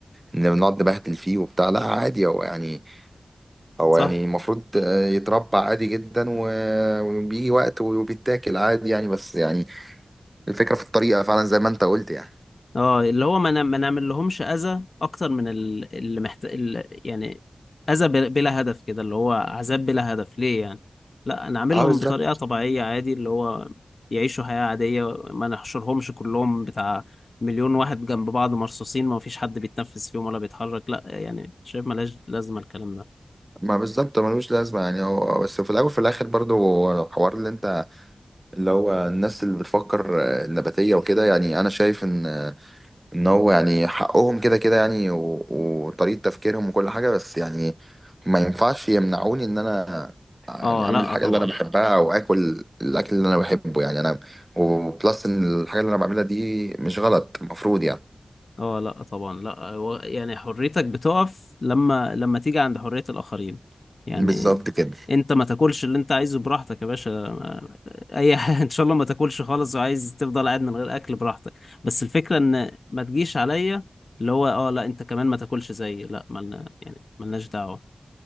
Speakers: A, on the right; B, on the left.
A: ان بنقعد نبهدل فيه وبتاع لا عادي هو يعني هو
B: صح
A: يعني المفروض آه، يتربى عادي جدا و- وبيجي وقت وبيتاكل عادي يعني بس يعني الفكرة في الطريقة فعلا زي ما انت قلت يعني
B: اه اللي هو ما نا- ما نعملهمش اذى اكتر من ال- اللي محت... ال- يعني اذى ب- بلا هدف كده اللي هو عذاب بلا هدف ليه يعني لا نعملهم
A: اه بالظبط
B: بطريقة طبيعية عادي اللي هو يعيشوا حياة عادية ما نحشرهمش كلهم بتاع مليون واحد جنب بعض مرصوصين ما فيش حد بيتنفس فيهم ولا بيتحرك لا يعني شايف ملاش لازمة الكلام ده
A: ما بالظبط ملوش لازمة يعني هو بس في الأول وفي الآخر برضو هو الحوار اللي انت اللي هو الناس اللي بتفكر آه، النباتية وكده يعني أنا شايف إن ان هو يعني حقهم كده كده يعني و... وطريقة تفكيرهم وكل حاجة بس يعني ما ينفعش يمنعوني ان انا يعني
B: اه
A: اعمل
B: لا
A: الحاجة
B: طبعا
A: اللي انا بحبها او اكل الاكل اللي انا بحبه يعني انا وبلس ان الحاجة اللي انا بعملها دي مش غلط المفروض يعني
B: اه لا طبعا لا هو يعني حريتك بتقف لما لما تيجي عند حرية الآخرين يعني
A: بالظبط كده
B: انت ما تاكلش اللي انت عايزه براحتك يا باشا ما- اي <laughs> حاجة ان شاء الله ما تاكلش خالص وعايز تفضل قاعد من غير اكل براحتك بس الفكرة ان ما تجيش عليا اللي هو اه لا انت كمان ما تاكلش زيي لا ملنا يعني ملناش دعوة